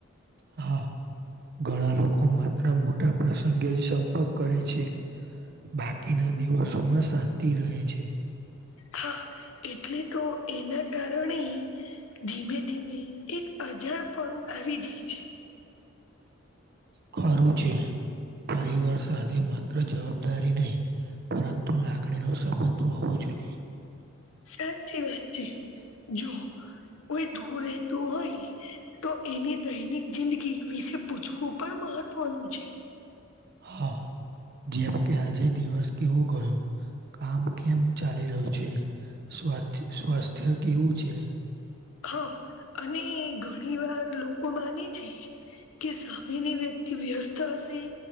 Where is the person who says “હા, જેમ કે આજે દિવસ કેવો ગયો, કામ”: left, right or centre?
Right